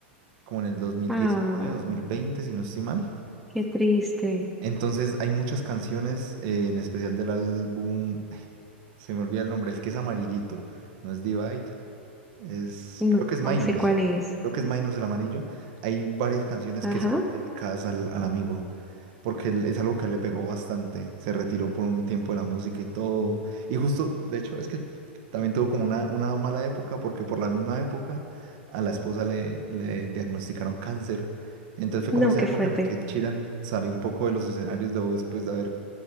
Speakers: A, on the right; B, in the centre.
A: como en el dos dos mil
B: Ah,
A: diecinueve dos mil veinte si no estoy mal.
B: qué triste.
A: Entonces hay muchas canciones, eh, en especial del álbum, <laughs> se me olvida el nombre, el que es amarillito, no es Divide, es,
B: No,
A: creo que es Minus,
B: no sé cuál es.
A: creo que es Minus el amarillo. Hay varias canciones
B: Ajá.
A: que son dedicadas al, al amigo porque él- es algo que a él le pegó bastante. Se retiró por un tiempo de la música y todo. Y justo, de hecho, es que también tuvo como una, una mala época, porque por la misma época a la esposa le, le diagnosticaron cáncer. Entonces fue
B: No,
A: como esa
B: qué
A: época
B: fuerte.
A: en la que Chiran salió un poco de los escenarios de- después de haber